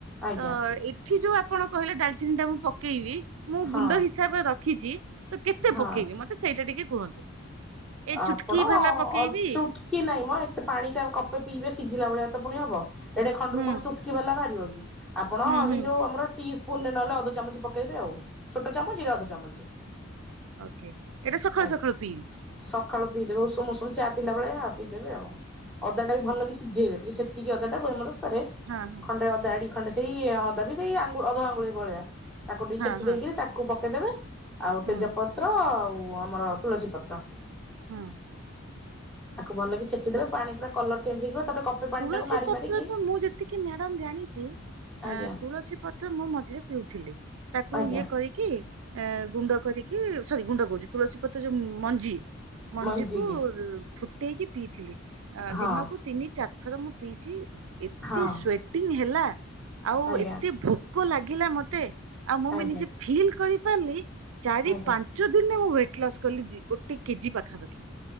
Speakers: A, in the centre; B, on the right.
A: ଆଜ୍ଞା
B: ତ‌ ଏ ଏଠି ଯୋଉ ଆପଣ କହିଲେ ଡାଲଚିନି ଟା ମୁଁ ପକେଇବି ମୁଁ
A: ହଁ
B: ଗୁଣ୍ଡ ହିସାବରେ ରଖିଛି। ତ କେତେ
A: ହଁ
B: ପକେଇବି ମତେ ସେଇଟା ଟିକେ କୁହନ୍ତୁ? ଏ
A: ଆପଣ
B: ଚୁଟକି ବାଲା ପକେଇବି
A: ଅଧ୍ ଚୁଟ୍ କି ନାଇଁ ମ ଏତେ ପାଣି ଟା କପେ ପିଇବେ ସିଝିଲା ଭଳିଆ ତ ପୁଣି ହବ ଏଡେ ଖଣ୍ଡରୁ
B: ହୁଁ
A: କଣ ଚୁଟ୍ କି ବାଲା ବାହାରିବ କି ଆପଣ
B: ହୁଁ ହୁଁ
A: ସେଇ ଯୋଉ ଆମର ଟି ସ୍ପୁନରେ ନହେଲେ ଅଧ ଚାମୁଚି ପକେଇବେ ଆଉ। ଛୋଟ ଚାମୁଚିରେ ଅଧ ଚାମୁଚି
B: ଓକେ ଏଇଟା ସକାଳୁ
A: ଆଜ୍ଞା।
B: ସକାଳୁ ପିଇବି।
A: ସକାଳୁ ପିଇ ଦେବେ ଉଷୁମ ଉଷୁମ ଚା ପିଇଲା ବେଳେ ଆ ପି ଦେବେ ଆଉ ଅଦା ଟାକୁ ଭଲ
B: ଓକେ।
A: କିି ସିଝେଇବେ ଟିକେ ଛେ ଚି କି ଅଦା ଟାକୁ ହେମ ଦାସ୍ତାରେ
B: ହଁ ହଁ
A: ଖଣ୍ଡେ ଅଦା ଏଡିକି ଖଣ୍ଡେ ଏଇ ଅଦା ବି ସେଇ ଆଙ୍ଗୁ ଅଧ ଆଙ୍ଗୁଳି ଭଳିଆ ତାକୁ ଟିକେ
B: ହଁ
A: ଛେଚି
B: ହଁ
A: ଦେଇକିରି ତାକୁ ପକେଇଦେବେ। ଆଉ
B: ହଁ
A: ତେଜପତ୍ର ଆଉ ଆମର ତୁଳସୀ ପତ୍ର।
B: ହୁଁ।
A: ତାକୁ ଭଲ କି ଛେଚିଦେବେ ପାଣି ପୁରା କଲର ଚେଞ୍ଜ ହେଇଯିବ ତାପରେ କପେ ପାଣିଟାକୁ
B: ତୁଳସୀ
A: ମାରି
B: ପତ୍ର
A: ମାରିକି
B: ତ ମୁଁ ଯେତିକି ମ୍ୟାଡମ୍ ଜାଣିଛି।
A: ଆଜ୍ଞା
B: ଆ ତୁଳସୀ ପତ୍ ତ୍ର ମୁଁ ମଝିରେ ପିଉଥିଲି ତାକୁ
A: ଆଜ୍ଞା
B: ଇଏ କରିକି ଏ ଗୁଣ୍ଡ କରିକି ସରି ଗୁଣ୍ଡ କଉଚି। ତୁଳସୀ ପତ୍ର ଯୋଉ ମଞ୍ଜି ମଞ୍ଜିକୁ
A: ମଞ୍ଜିକି
B: ଫୁଟେଇକି ପିଇଥିଲି। ଆ
A: ହଁ
B: ଦିନକୁ ତିନି ଚାରି ଥର ମୁଁ ପିଇଚି। ଏତେ
A: ହଁ
B: ସ୍ଵେଟିଂ ହେଲା ଆଉ
A: ଆଜ୍ଞା
B: ଏତେ ଭୋକ ଲାଗିଲା ମତେ। ଆଉ ମୁଁ
A: ଆଜ୍ଞା
B: ବି ନିଜେ ଫିଲ୍ କରିପାରିଲି ଚାରି
A: ଆଜ୍ଞା।
B: ପା ଞ୍ଚ ଦିନରେ ମୁଁ ୱେଟ୍ ଲସ କଲି ଦି ଗୋଟେ କେଜି ପାଖାପାଖି।